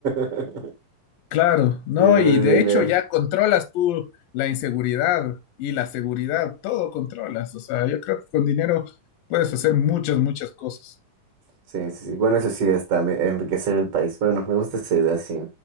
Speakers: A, on the right; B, on the left.
A: <laughs>
B: claro, no,
A: Sí, puedes
B: y de
A: ahí
B: hecho
A: ver.
B: ya controlas tú la inseguridad y la seguridad, todo controlas, o sea, yo creo que con dinero puedes hacer muchas, muchas cosas.
A: Sí, sí, sí. Bueno, eso sí está, me- enriquecer el país. Bueno, me gusta esa idea, sí.